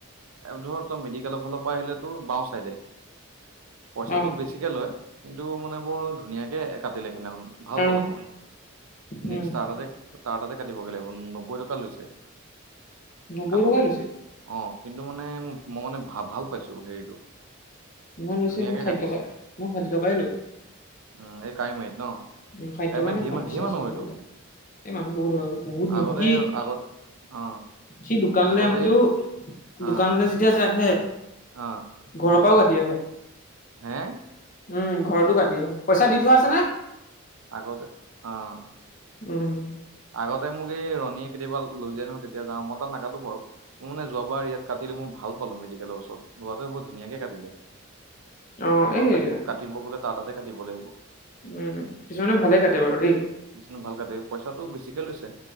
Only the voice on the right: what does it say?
ধৰ তই মেডিকেলৰ ফালৰ পৰা আহিলে তোৰ বাওঁ চাইডে পইচাটো
বেছিকে লয় কিন্তু মানে বৰ ধুনীয়াকে কাটিলে সেইদিনাখন ভাল
পালো মই
নেক্স তাৰ তাতে তাৰ তাতে কাটিবগে লাগিব নব্বৈ টকা লৈছে
কাটোতে
অ কিন্তু মানে মই মানে ভা ভাল পাইছো হেৰিটো
ধুনীয়াকে
কাটিছে
উম এই কাৱৈমাৰীত ন
কাৱৈমাৰীত
ধেৰ
ধেৰ মানুহ
হয়তো
আগতে
আগত অ
আগতে
অ
অ
হে?
আগতে অঁ,
আগতে মোক এই ৰণীয়ে কেতিয়াবা লৈ যাই নহয় তেতিয়া যাও মই তাত নাকাটো বাৰু। মোৰ মানে যোৱাবাৰ ইয়াত কাটিলো মই ভাল পালো মেডিকেলৰ ওচৰত লৰাটোৱে বৰ ধুনীয়াকে কাটিলে।
এইবাৰ
কাটিব কাটিব গলে তাৰ তাতে কাটিব লাগিব।
কিছুমান ভাল কাটে পইচাটো বেছিকে লৈছে